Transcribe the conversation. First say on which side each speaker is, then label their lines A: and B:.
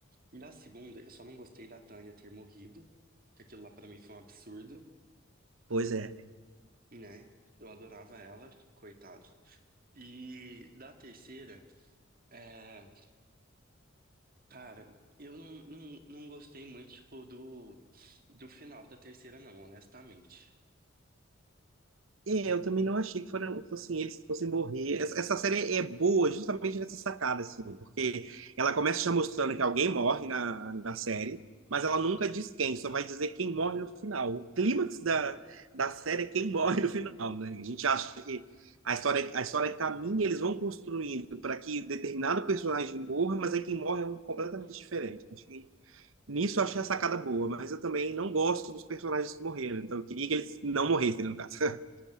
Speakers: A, on the right; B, on the right.
A: E da segunda, eu só não gostei da Tânia ter morrido, que aquilo lá pra mim foi um absurdo,
B: Pois é.
A: né? Eu adorava ela, coitado. E da terceira, é, cara, eu não, não, não gostei muito, tipo, do, do final da terceira, não, honestamente.
B: É, eu também não achei que foram, fossem eles que fossem morrer. Essa, essa série é boa justamente nessa sacada, assim, porque ela começa já mostrando que alguém morre na, na série, mas ela nunca diz quem, só vai dizer quem morre no final. O clímax da, da série é quem morre no final, né? A gente acha que a história, a história caminha, eles vão construindo para que determinado personagem morra, mas aí quem morre é um completamente
A: Hum.
B: diferente. Acho que Nisso eu achei a sacada boa, mas eu também não gosto dos personagens que morreram, então eu queria que eles não morressem, no caso. <laughs>